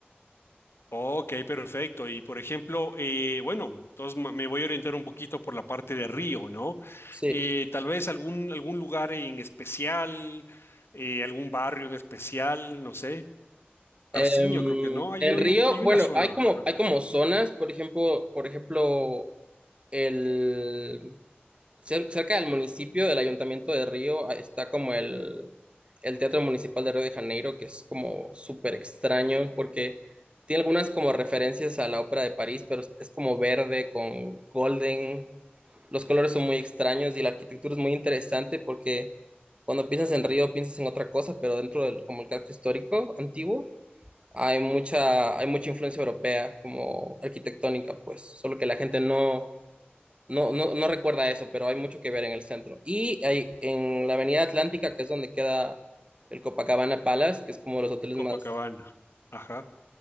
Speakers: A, on the left; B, on the right.
A: Ok, perfecto. Y por ejemplo, eh, bueno, entonces me me voy a orientar un poquito por la parte de Río, ¿no?
B: Sí.
A: Eh, tal vez algún, algún lugar en especial, eh, algún barrio en especial, no sé. Parciño,
B: Em,
A: creo que no. Hay,
B: en
A: un-
B: Río,
A: hay, un- hay una
B: bueno,
A: zona,
B: hay como,
A: ajá.
B: hay como zonas, por ejemplo, por ejemplo, el Cer- Cerca del municipio, del Ayuntamiento de Río, ah, está como el, el Teatro Municipal de Río de Janeiro, que es como súper extraño porque tiene algunas como referencias a la Ópera de París, pero es es como verde con golden. Los colores son muy extraños y la arquitectura es muy interesante porque cuando piensas en Río piensas en otra cosa, pero dentro del como el casco histórico antiguo hay mucha, hay mucha influencia europea como arquitectónica, pues, solo que la gente no no, no, no recuerda eso, pero hay mucho que ver en el centro. Y hay, en la Avenida Atlántica, que es donde queda el Copacabana Palace, que es como de los hoteles
A: Copacabana.
B: más...
A: Ajá.